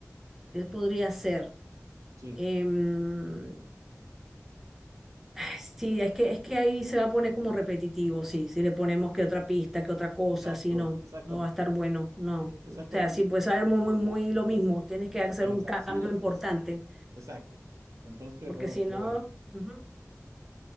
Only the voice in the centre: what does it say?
¿Qué podría ser?
Em, ay, sí, es que, es que ahí se va a poner como repetitivo, sí. Si le ponemos que otra pista, que otra cosa,
sí, no,
no va a estar bueno, no.
O
sea,
sí, pues va a ser muy, muy, muy lo mismo. Tienes que
hacer
un
cambio
importante,
porque
si
no,
ujú.